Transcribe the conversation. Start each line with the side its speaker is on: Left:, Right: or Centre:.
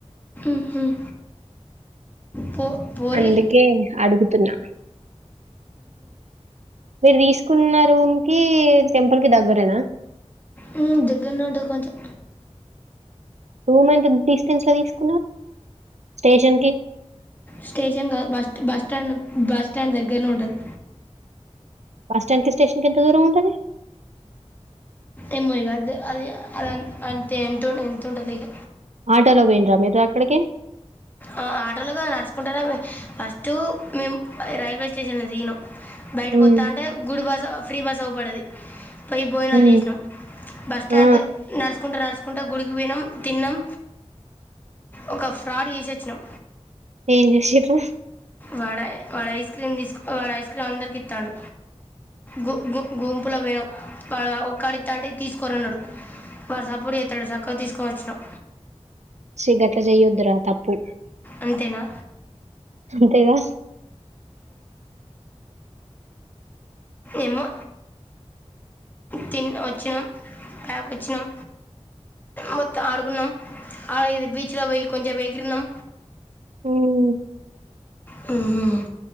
Left: మ్మ్. పో పోర్రి
Right: అందుకే అడుగుతున్నా మీరు తీసుకున్న రూమ్ కి టెంపుల్ కి దగ్గరేనా?
Left: మ్మ్ దగ్గర్నే ఉంటది కొంచెం
Right: రూం ఎంత డిస్టెన్స్ లో తీసుకున్నవ్ స్టేషన్ కి
Left: స్టేషన్ కాదు బస్ట్ బస్టాండ్ బస్టాండ్ దగ్గరనే ఉంటది.
Right: బస్టాండ్కి స్టేషన్కి ఎంత దూరం ఉంటది?
Left: ఏమ్మో ఇగ అది అది అదం అంతే ఎంటో ఎంతుంటదో ఇగ
Right: ఆటోలో పోయిండ్రా మీరు అక్కడికి?
Left: ఆఁ ఆటోల గాదు నడుచుకుంటనే పో ఫస్ట్ మేము రైల్వే స్టేషన్ల దిగినం బయటకు
Right: ఉమ్,
Left: వత్తాంటే గుడి బస్ ఫ్రీ బస్ అవుపడ్డది పోయి భోజనాలు
Right: ఉమ్,
Left: చేసినం బస్ స్టాండ్
Right: ఆ,
Left: దే నడుచుకుంట నడుసు కుంట గుడికి పోయినాం తిన్నం ఒక ఫ్రాడ్ చేసొచ్చినాం
Right: ఏం చేసింన్రు
Left: వాడ వాడు ఐస్ క్రీమ్ తీసుకు వాడు ఐస్ క్రీమ్ అందరికి ఇత్తాండు గు గు గుంపుల పోయినం వాడోక్కడ ఇత్తాంటే తీసుకోర్రి అన్నడు. వాడు సప్పుడు చేతలేడు సక్కగా తీసుకోని వచ్చినం
Right: చి గట్ల చేయొద్దురా తప్పు
Left: అంతేనా
Right: అంతేగా!
Left: ఎమో తిన్ వచ్చినం ప్యాక్ వచ్చినం మొత్తం ఆడుకున్నం ఆ ఇది బీచ్ లో పోయి కొంచేపు ఎగిరినం
Right: మ్మ్ఁ
Left: హ్మ్